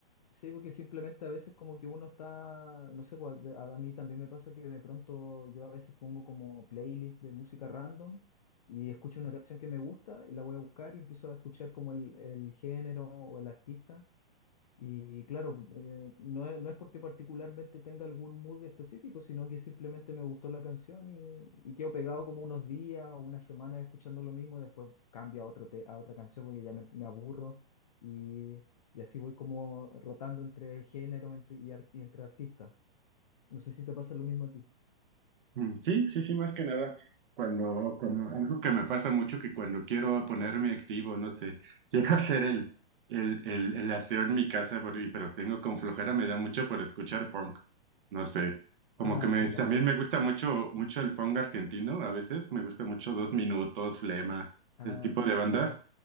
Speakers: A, on the left; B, on the right.
A: sí, porque simplemente a veces como que uno está, no sé, pues de- a, a mí también me pasa que de pronto yo a veces pongo como playlist de música random y escucho una canción que me gusta y la voy a buscar y empiezo a escuchar como el, el género o el artista Y claro, eh, no es, no es porque particularmente tenga algún mood específico, sino que simplemente me gustó la canción y, y quedo pegado como unos días o unas semanas escuchando lo mismo, y después cambio a otro te- a otra canción porque ya me, me aburro y, y así voy como rotando entre géneros entre, y, ar- y entre artistas. No sé si te pasa lo mismo a ti.
B: Mm, Sí, sí, sí, más que nada, cuando, cuando- algo que me pasa mucho que cuando quiero ponerme activo, no sé, <laughs> quiero hacer el, el, el, el aseo en mi casa, pero, y- pero tengo con flojera, me da mucho por escuchar punk, no sé, como
A: Ah,
B: que me,
A: sí,
B: también
A: también.
B: me gusta mucho, mucho el punk argentino, a veces me gusta mucho Dos Minutos, Flema,
A: Ah,
B: ese tipo de bandas,
A: sí,